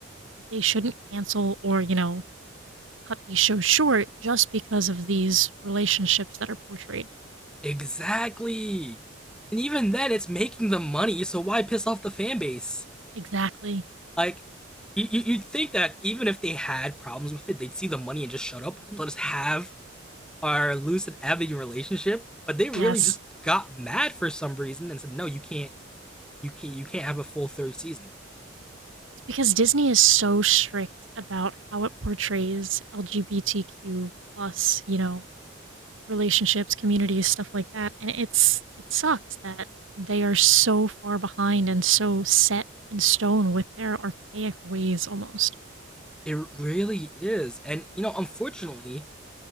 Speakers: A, on the right; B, in the centre.
A: they shouldn't cancel or, you know, cut these shows short just because of these relationships that are portrayed.
B: Exactly. And even then, it's making them money, so why piss off the fan base?
A: Exactly.
B: Like, you, you, would think that even if they had problems with it, they'd see the money and just shut up and let us have our loose and ambigu relationship. But they really
A: Yes.
B: just got mad for some reason and said, "No, you can't, you can't, you can't have a full third season."
A: because Disney is so strict about how it portrays LGBTQ plus, you know, relationships, communities, stuff like that. And it's it sucks that they are so far behind and so set in stone with their archaic ways almost.
B: It really is, and you know, unfortunately,